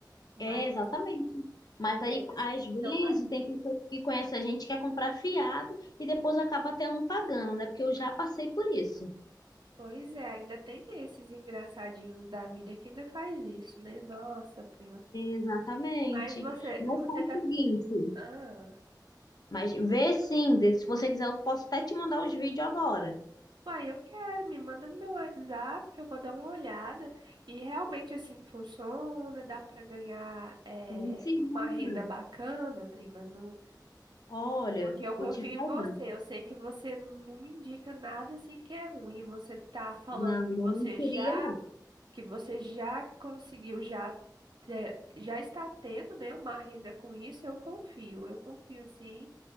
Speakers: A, on the right (about 75°); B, on the left (about 60°).
A: Mas,
B: É, exatamente. Mas
A: mas
B: aí,
A: essa
B: às
A: questão
B: vezes,
A: da.
B: tem pessoas que conhecem a gente que quer comprar fiado e depois acaba até não pagando, né? Porque eu já passei por isso.
A: Pois é, ainda tem esses engraçadinhos da vida que ainda faz isso, né? Nossa, prima.
B: Exatamente.
A: Mas você,
B: Mas
A: você
B: faz
A: tá.
B: o seguinte,
A: Ah.
B: mas vê sim, de- se você quiser, eu posso até te mandar os vídeos agora.
A: Uai, eu quero, me manda no meu WhatsApp que eu vou dar uma olhada. E realmente assim que funciona, dá para ganhar eh,
B: Sim, sim.
A: uma renda bacana, prima. Não...
B: Olha,
A: Porque eu confio
B: vou te falar.
A: em você. Eu sei que você não me indica nada assim que é ruim. Você tá falando
B: Não,
A: que
B: não
A: você
B: mentiria,
A: já, que você já conseguiu, já, te- já está tendo, né, uma renda com isso. Eu confio, eu confio sim.